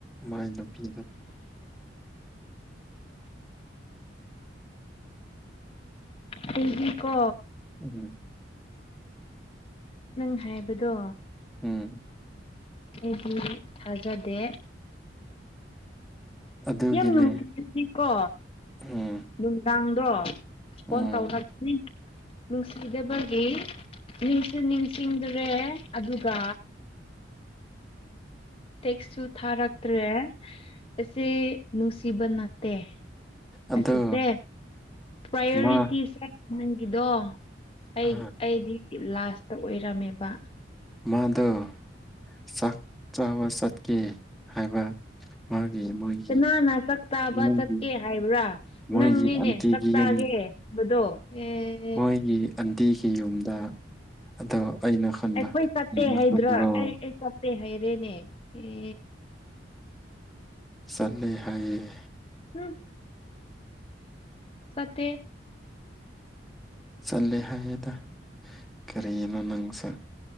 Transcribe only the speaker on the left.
ꯍꯒꯤ ꯀꯣ
ꯅꯪ ꯍꯥꯏꯕꯗꯣ
ꯑꯩꯗꯤ ꯊꯥꯖꯗꯦ
ꯌꯥꯝ ꯅꯨꯡꯇꯤꯗꯨꯗꯤꯀꯣ
ꯅꯨꯡꯗꯥꯡꯗꯣ ꯐꯣꯟ
ꯇꯧꯔꯀꯅꯤ ꯅꯨꯡꯁꯤꯗꯕꯒꯤ ꯅꯤꯡꯁꯤ ꯅꯤꯡꯁꯤꯡꯗ꯭ꯔꯦ ꯑꯗꯨꯒ ꯇꯦꯛꯁꯁꯨ ꯊꯥꯔꯛꯇ꯭ꯔꯦ ꯑꯁꯤ ꯅꯨꯡꯁꯤꯕ ꯅꯠꯇꯦ
ꯑꯁꯤꯁꯦ ꯄ꯭ꯔꯥꯏꯌꯣꯔꯤꯇꯤꯁꯦ
ꯅꯪꯒꯤꯗꯣ ꯑꯩ
ꯑꯩꯗꯤ ꯂꯥꯁꯇ ꯑꯣꯏꯔꯝꯃꯦꯕ
ꯀꯅꯥꯅ ꯆꯥꯛ ꯆꯥꯕ
ꯆꯠꯀꯦ ꯍꯥꯏꯕ꯭ꯔꯥ
ꯅꯪꯅꯤꯅꯦ
ꯆꯥꯛ ꯆꯥꯒꯦ
ꯕꯗꯣ ꯑꯦ
ꯑꯩꯈꯣꯏ ꯆꯠꯇꯦ
ꯍꯥꯏꯗ꯭ꯔꯥ ꯑꯩ ꯑꯩ ꯆꯠꯇꯦ ꯍꯥꯏꯔꯦꯅꯦ ꯑꯦ
ꯎꯝ ꯐꯠꯇꯦ